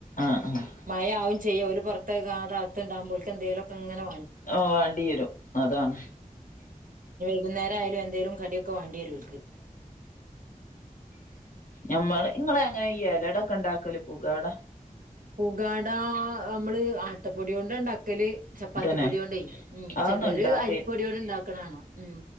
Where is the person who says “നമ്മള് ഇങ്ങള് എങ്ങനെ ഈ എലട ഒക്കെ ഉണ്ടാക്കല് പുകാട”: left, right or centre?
Left